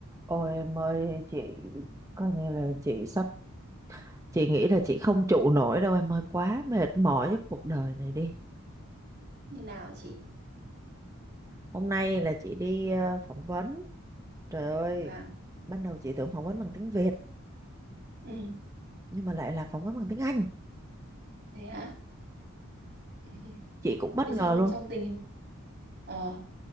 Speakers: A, on the right; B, on the right.
A: Ôi em ơi chị coi như là chị sắp chị nghĩ là chị không trụ nổi đâu em ơi quá mệt mỏi với cuộc đời này đi
B: như nào hả chị
A: hôm nay là chị đi ờ, phỏng vấn trời ơi
B: vâng
A: ban đầu chị tưởng phỏng vấn bằng tiếng Việt
B: ừ
A: nhưng mà lại là phỏng vấn bằng tiếng Anh
B: thế hả Ừ.
A: chị cũng bất
B: thế
A: ngờ
B: xong
A: luôn
B: xong tình hình ờ